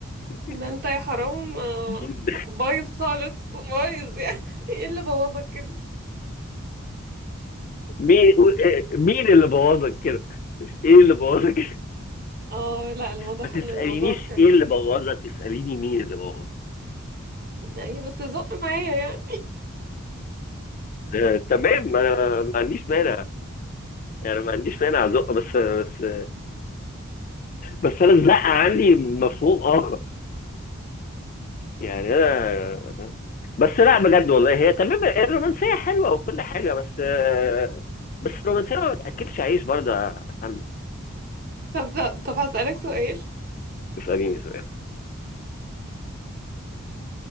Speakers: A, on the left; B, on the right.
A: <laughs>
B: ده انت يا حرام آه،
A: مين
B: بايظ خالص بايظ يعني <laughs> ايه اللي بوظك كده
A: مين مين اللي بوظك كده مش ايه اللي بوظك
B: اه لا الواضح
A: ما تسألينيش
B: ان الموضوع كان
A: ايه اللي بوظها تسأليني مين اللي بوظها
B: اي بس زق معايا يعني
A: آه، تمام ما انا ما عنديش مانع يعني ما عنديش مانع ازق بس بس بس انا الزقه عندي مفهوم اخر يعني انا بس لا بجد والله هي تمام الرومانسيه حلوه وكل حاجه بس آه، بس الرومانسيه ما بتاكلش عيش برضه يا سلمى
B: طب طب هسألك سؤال
A: بيساليني سؤال